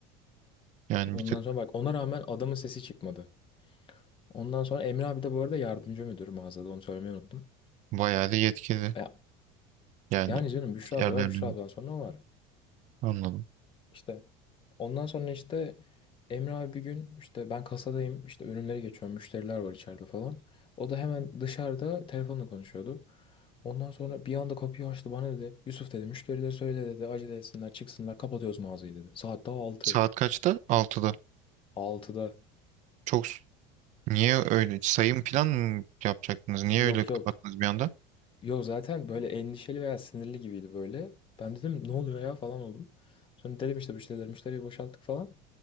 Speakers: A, on the right; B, on the left.
A: Yani
B: Ondan
A: bir tık
B: sonra bak ona rağmen adamın sesi çıkmadı. Ondan sonra Emre abi de bu arada yardımcı müdür mağazada onu söylemeyi unuttum.
A: bayağı da yetkili.
B: E,
A: Yani
B: Yani canım Büşra
A: diğerlerinin
B: abla var. Büşra abladan sonra o var.
A: anladım.
B: İşte ondan sonra işte Emre abi bir gün işte ben kasadayım. işte ürünlere geçiyorum. Müşteriler var içeride falan. O da hemen dışarıda telefonla konuşuyordu. Ondan sonra bir anda kapıyı açtı bana dedi. Yusuf dedi müşterilere söyle dedi. Acele etsinler çıksınlar kapatıyoruz mağazayı dedi. Saat daha 6
A: Saat kaçta? Altıda.
B: altıda
A: Çok s- niye öyle sayım plan mı yapacaktınız? Niye
B: Yok
A: öyle kapattınız
B: yok.
A: bir anda?
B: Yo zaten böyle endişeli veya sinirli gibiydi böyle. Ben dedim ne oluyor ya falan oldum. Sonra dedim işte müşterileri müşteriyi boşalttık falan.